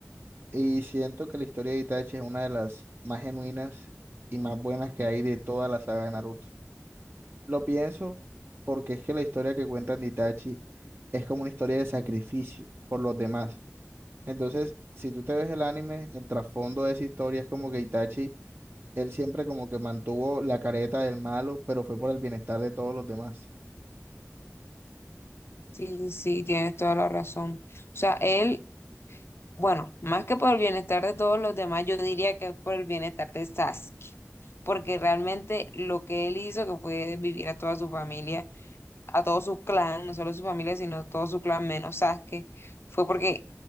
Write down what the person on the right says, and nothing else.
Y siento que la historia de Itachi es una de las más genuinas y más buenas que hay de toda la saga de Naruto. Lo pienso porque es que la historia que cuentan de Itachi es como una historia de sacrificio por los demás. Entonces, si tú te ves el anime, el trasfondo de esa historia es como que Itachi, él siempre como que mantuvo la careta del malo, pero fue por el bienestar de todos los demás,